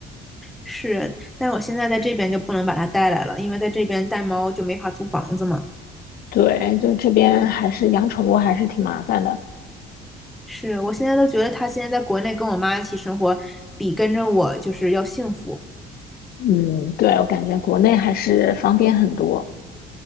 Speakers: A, in the centre; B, on the left.
A: 是，但是我现在在这边就不能把它带来了，因为在这边带猫就没法租房子嘛。
B: 对，就这边还是养宠物还是挺麻烦的。
A: 是，我现在都觉得它现在在国内跟我妈一起生活，比跟着我就是要幸福。
B: 嗯，对，我感觉国内还是方便很多。